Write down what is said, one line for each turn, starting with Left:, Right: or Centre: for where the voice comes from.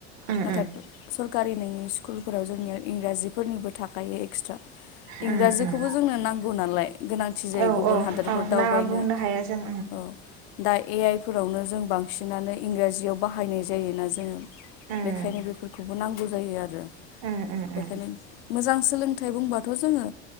Right: उम उम
Left: नाथाय सरखारि नङै स्कूल स्कुलफोराव जोंनिया इंराजिफोरनिबो थाखायो एक्सट्रा
Right: उम
Left: इंराजिखौबो
Right: उम
Left: जोंनो नांगौ नालाय गोनांथि जायो
Right: औ
Left: गुबुन
Right: औ
Left: हादोरफोर
Right: औ
Left: दावबायनो
Right: नाङा बुंनो हाया जों
Left: औ दा ए आइ फोरावनो जों बांसिनानो इंराजियाव बाहायनाय जायोना जोङो
Right: उम
Left: बेखायनो बेफोरखौबो नांगौ जायो आरो
Right: उम उम
Left: बेखायनो
Right: उम
Left: मोजां सोलोंथाइ बुंबाथ' जोङो